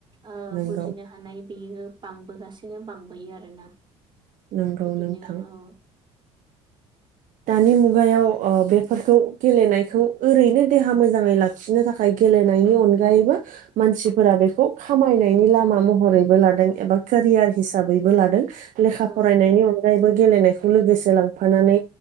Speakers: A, on the right; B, on the right.
A: ओ
B: नंगौ
A: बुजिनो हानाय बेयो बांबोगासिनो बांबोयो आरोना
B: नंगौ
A: बिदिनो
B: नोंथां
A: औ।
B: दानि मुगायाव ओ बेफोरखौ गेलेनायखौ ओरैनो देहा मोजाङै लाखिनो थाखाय गेलेनायनि अनगायैबो मानसिफोरा बेखौ खामायनायनि लामा महरैबो लादों एबा के रियार हिसाबैबो लादों लेखा
A: औ
B: फरायनायनि अनगायैबो गेलेनायखौ लोगोसे लांफानानै